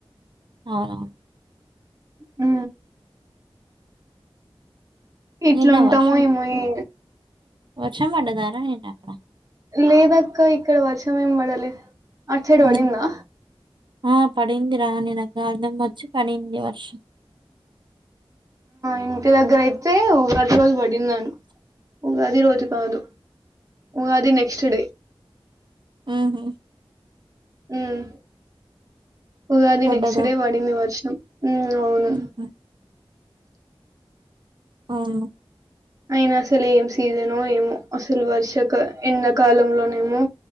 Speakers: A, on the right; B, on the right.
A: అవునవును
B: హు ఇట్లుంటామో
A: నిన్న వర్షం
B: ఏమో ఏ
A: వర్షం పండదరా అక్కడ
B: లేదు అక్క ఇక్కడ వర్షం ఏం పడలే అట్టు సైడ్
A: ఉమ్
B: పడిందా
A: ఆ పడింది రా నేను కాల్దమ్మ వచ్చి పడింది వర్షం
B: ఇంటి దగ్గర అయితే ఉగాది రోజు పడిందాను ఉగాది రోజు కాదు ఉగాది నెక్స్ట్ డే
A: మ్మ్
B: మ్మ్ ఉగాది
A: పడ్డదా
B: నెక్స్ట్ డే వడింది వర్షం అవును
A: ఉహు మ్మ్
B: అయిన అసలు ఏం సీజన్ ఏమో అసలు వర్షక ఎన్నకాలంలోనేమో